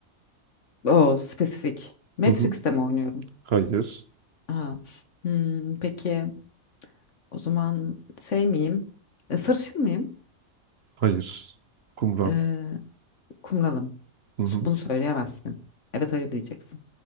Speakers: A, on the left; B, on the right.
A: O spesifik. Matrix'te
B: Hı hı.
A: mi oynuyorum?
B: Hayır.
A: Ha. Hmm, peki o zaman şey miyim? E, sarışın mıyım?
B: Hayır. Kumral.
A: Eee kumralım.
B: Hı hı.
A: Bunu söyleyemezsin. Evet hayır diyeceksin.